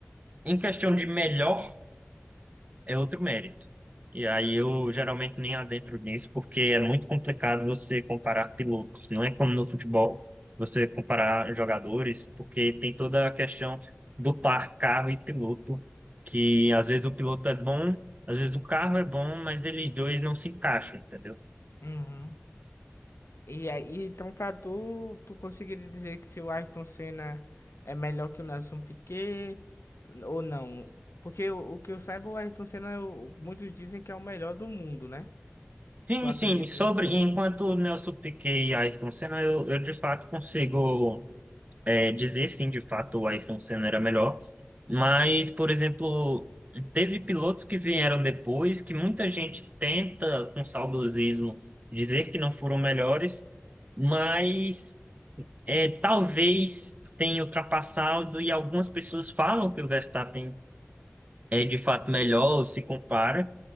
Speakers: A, on the right; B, on the left.
A: em questão de melhor é outro mérito. E aí eu geralmente nem adentro nisso, porque é muito complicado você comparar pilotos. Não é como no futebol, você comparar jogadores, porque tem toda a questão do par carro e piloto, que às vezes o piloto é bom, às vezes o carro é bom, mas eles dois não se encaixam, entendeu?
B: Uhum. E aí, então, pra tu, tu conseguiria dizer que se o Ayrton Senna é melhor que o Nelson Piquet ou não? Porque o, o que eu saiba, o Ayrton Senna, é o- muitos dizem que é o melhor do mundo, né?
A: Sim,
B: Tu acredita
A: sim, sobre
B: nisso também?
A: enquanto o Nelson Piquet e Ayrton Senna, eu, eu de fato consigo é, dizer sim, de fato o Ayrton Senna era melhor, mas, por exemplo, teve pilotos que vieram depois que muita gente tenta, com saudosismo, dizer que não foram melhores, mas é, talvez tenha ultrapassado e algumas pessoas falam que o Verstappen é de fato melhor, ou se compara.